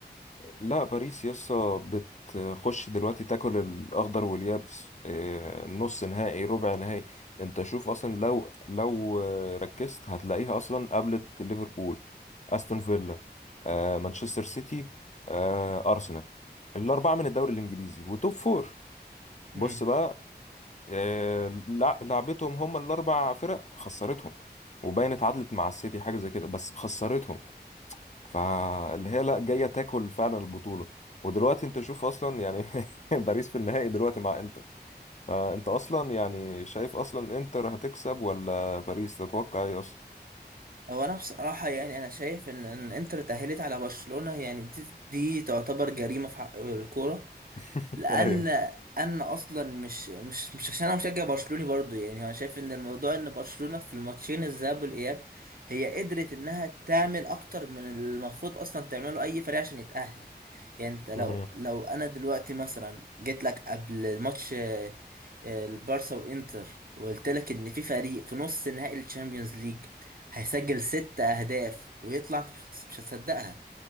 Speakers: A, on the left; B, on the right.
A: لا باريس يسا بتخش دلوقتي تاكل الاخضر واليابس آه، نص نهائي ربع نهائي انت شوف اصلا لو لو آه، ركزت هتلاقيها اصلا قابلت ليفربول استون فيلا آه، مانشستر سيتي آه، ارسنال الاربعه من الدوري الانجليزي وتوب فور بص
B: امم
A: بقى آه، لع- لعبتهم هم الاربع فرق خسرتهم وباين اتعادلت مع السيتي حاجه زي كده بس خسرتهم فاللي هي لا جايه تاكل فعلا البطوله ودلوقتي انت شوف اصلا يعني <laughs> باريس في النهائي دلوقتي مع انتر فانت اصلا يعني شايف اصلا انتر هتكسب ولا باريس تتوقع ايه اصلا
B: هو أنا بصراحة يعني أنا شايف إن إن إنتر اتأهلت على برشلونة يعني دي, دي تعتبر جريمة في حق الكورة
A: <laughs>
B: لان
A: ايوه
B: انا اصلا مش مش مش عشان انا مشجع برشلوني برضو يعني انا شايف ان الموضوع ان برشلونة في الماتشين الذهاب والاياب هي قدرت انها تعمل اكتر من المفروض اصلا تعمله اي فريق عشان يتأهل يعني انت لو
A: مهم.
B: لو انا دلوقتي مثلا جيت لك قبل ماتش آه، آه، البارسا وانتر وقلت لك ان في فريق في نص نهائي الشامبيونز ليج هيسجل ست اهداف ويطلع مش مش هتصدقها